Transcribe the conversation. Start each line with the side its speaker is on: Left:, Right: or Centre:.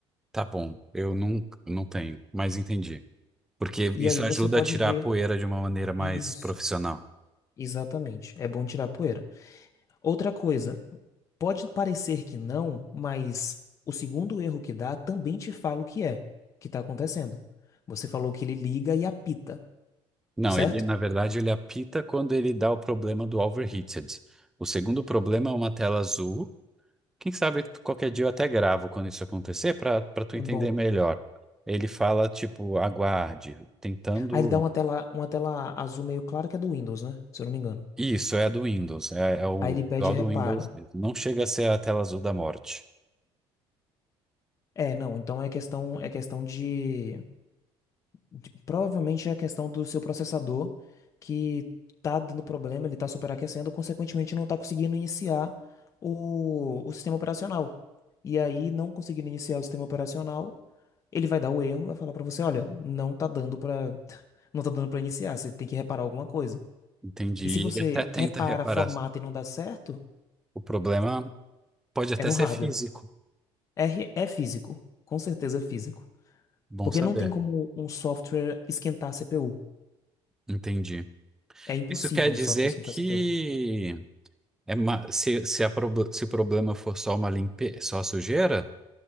Centre: Tá bom, eu não, não tenho, mas entendi. Porque
Left: E
Centre: isso
Left: aí você
Centre: ajuda
Left: pode
Centre: a tirar
Left: ver
Centre: a poeira de uma maneira mais
Left: isso.
Centre: profissional.
Left: Exatamente. É bom tirar a poeira. Outra coisa, pode parecer que não, mas o segundo erro que dá também te fala o que é que está acontecendo. Você falou que ele liga e apita,
Centre: Não,
Left: certo?
Centre: ele, na verdade, ele apita quando ele dá o problema do overheated. O segundo problema é uma tela azul. Quem sabe qualquer dia eu até gravo quando isso acontecer para para tu
Left: É
Centre: entender
Left: bom.
Centre: melhor. Ele fala, tipo, aguarde, tentando.
Left: Aí ele dá uma tela, uma tela azul meio clara que é do Windows, né? Se eu não me engano.
Centre: Isso, é a do Windows. É, é o
Left: Aí ele pede
Centre: visual
Left: reparo.
Centre: do Windows. mesmo. Não chega a ser a tela azul da morte.
Left: É, não, então é questão, é questão de de- Provavelmente é a questão do seu processador que tá dando problema, ele tá superaquecendo, consequentemente não tá conseguindo iniciar o, o sistema operacional. E aí, não conseguindo iniciar o sistema operacional, ele vai dar o erro, vai falar para você, olha, não tá dando para <laughs> não tá dando para iniciar, você tem que reparar alguma coisa.
Centre: Entendi.
Left: E se
Centre: E
Left: você
Centre: ele até tenta
Left: repara,
Centre: reparar.
Left: formata e não dá certo,
Centre: O problema pode até
Left: é no
Centre: ser
Left: hardware.
Centre: físico.
Left: R é físico, com certeza é físico.
Centre: Bom
Left: Porque
Centre: saber.
Left: não tem como um software esquentar a CPU.
Centre: Entendi.
Left: É impossível
Centre: Isso quer dizer
Left: um software esquentar
Centre: que
Left: a CPU.
Centre: é ma- se, se, a prob- se o problema for só uma limpe... só a sujeira,